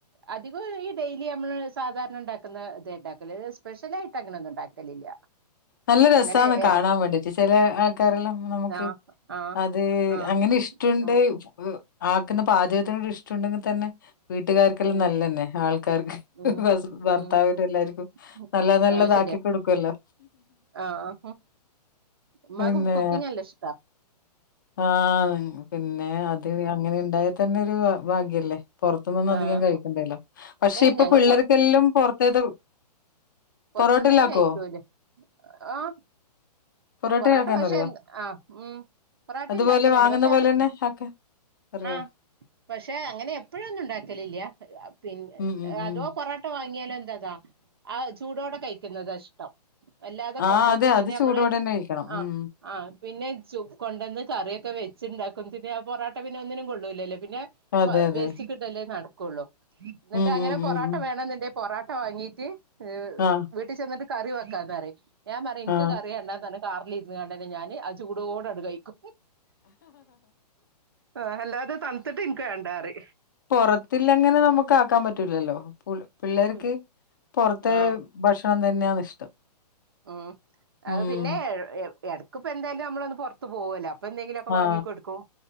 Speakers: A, on the right; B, on the left.
A: അധികം ഈ ഡെയ്ലി നമ്മള് സാധാരണ ഇണ്ടാക്കുന്ന ഇത് ഉണ്ടാക്ക ത് സ്പെഷ്യലായിട്ട് അങ്ങനെ ഒന്നും ഉണ്ടാക്കലില്ല.
B: നല്ല രസാന്ന്
A: അങ്ങനെ എട
B: കാണാൻ വേണ്ടിട്ട് ചില ആൾക്കാരെല്ലാം നമുക്ക്
A: ആഹ് ആഹ്
B: അത്
A: ആഹ്
B: അങ്ങനെ ഇഷ്ടണ്ട്
A: ഉം
B: ആക്കുന്ന പാചകത്തിൻ ഇഷ്ടണ്ടെങ്കി തന്നെ വീട്ടുകാർക്കെല്ലാം
A: ഉം
B: നല്ലന്നെ ആൾക്കാർക്ക്
A: ഉം
B: ഭർത്താവിനും
A: ഉം
B: എല്ലാവർക്കും
A: ഉം.
B: നല്ല നല്ലത
A: അത് ശരിയാ
B: ആക്കി കൊടുക്കല്ലോ
A: ആഹ് മ്മാക്
B: പിന്നെ
A: കുക്കിങ്ങ് നല്ല ഇഷ്ട
B: ആഹ് പിന്നെ അത് അങ്ങനെ ഇണ്ടായ തന്നെ ഒരു ഭാഗ്യല്ലേ പുറത്തന്ന് അധികം
A: ആഹ്
B: കഴിക്കണ്ടല്ലോ പക്ഷ പക്ഷെ
A: ഏഹ്
B: ഇപ്പ
A: ഞങ്ങള്
B: പിള്ളേർക്കെല്ലും പുറത്തേത്
A: പുറത്ത്
B: പൊറോട്ടയിലാക്കോ
A: ന്നെ കഴികോൽ ആഹ്
B: പൊറോട്ടയാക്കാൻ
A: പൊറാട്ട പക്ഷെ
B: അറിയോ
A: ആഹ് ഉമ് പൊറാട്ടെ
B: അതുപോലെ
A: ഇണ്ടാക്കലണ്ട്
B: വാങ്ങുന്ന
A: പക്ഷെ
B: പോലെ
A: അത്
B: തന്നെ ആക്കാൻ അറിയോ
A: ആഹ് പക്ഷെ അങ്ങനെ എപ്പോഴൊന്നും ഉണ്ടാക്കലില്ല <unintelligible> പിന്ന
B: ഉം ഉം ഉം
A: അതോ പൊറോട്ട വാങ്ങിയാലോ ന്തതാ ആഹ് ചൂടോടെ കഴിക്കുന്നത ഇഷ്ടം അല്ലാതെ
B: ആ
A: കൊണ്ടോന്ന്
B: അതെ
A: പിന്നെ
B: അത് ചൂടോടെ
A: നമ്മള്
B: തന്നെ കഴിക്കണം
A: ആഹ്
B: ഉം
A: ആഹ് പിന്നെ ചു കൊണ്ടന്ന് കറിയൊക്കെ വെച്ചിണ്ടാ ന്തിന് പൊറാട്ട പിന്നെ ഒന്നിനും കൊള്ളൂല്ലല്ലേ പിന്നെ
B: അതെ
A: പാ
B: അതെ
A: വേസ്റ്റിക്കിട്ടല്ലേ നടക്കുള്ളൂ. എന്നിട്ട്
B: ഉം
A: അങ്ങനെ
B: ഉം
A: പൊറോട്ട
B: ഉം ഉം
A: വേണോ ന്നുണ്ടെങ്കിൽ പൊറോട്ട വാങ്ങീട്ട് ഏഹ്
B: ആ
A: വീട്ടി ചെന്നിട്ട് കറി വക്കാന്നറി ഞാൻ പറയും ഇന്ക്
B: ആ
A: കറി വേണ്ട കാറിലിരിന്നാണ്ട് ന്നെ ഞാൻ അത് ചൂടോടെ കഴിക്കും. ആഹ് അല്ലാതെ തണുത്തിട്ട് ഇൻക്ക് വേണ്ടാറിയും
B: പൊർത്തില്ലങ്ങനെ നമുക്ക് ആക്കാൻ പറ്റൂലല്ലോ പു പിള്ളേർക്ക്
A: ഉം
B: പൊർത്ത്
A: ആഹ്
B: ഭക്ഷണം തന്നെയാ ഇഷ്ടം.
A: ഉം
B: ഉം
A: അത് പിന്നെ എടക്ക്പ്പെന്തായാലും നമ്മളൊന്ന് പൊർത്ത് പോവല്ലോ പ്പ ന്തെലൊക്കെ
B: ആ
A: വാങ്ങി കൊടുക്കും